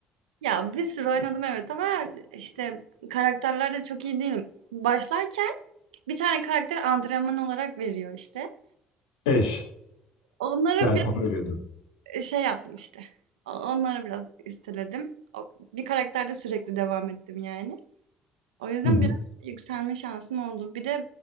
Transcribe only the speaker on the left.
Eş.
Galiba
onu veriyordun.
Hı hı.